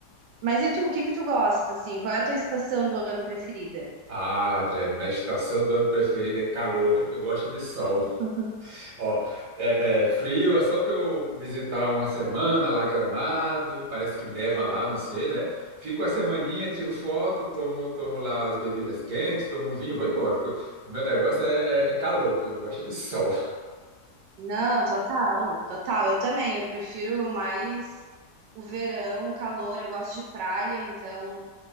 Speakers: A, on the right (about 85°); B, on the right (about 55°).
A: Mas e tu, o que que tu gosta assim? Qual é a tua estação do ano preferida?
B: Ah, Adriane, minha estação do ano preferida é calor. Eu gosto de sol.
A: <laughs>
B: Ó, é, é frio, é só para eu visitar uma semana lá Gramado. Parece que neva lá, não sei, né? Fico a semaninha,
A: Uhum.
B: tiro foto, tomo, tomo lá as bebidas quentes, tomo um vinho, vou embora. porque o Meu negócio é, é- é calor, viu? Eu gosto de sol.
A: Não, total, total. Eu também, eu prefiro mais o verão, o calor, eu gosto de praia, então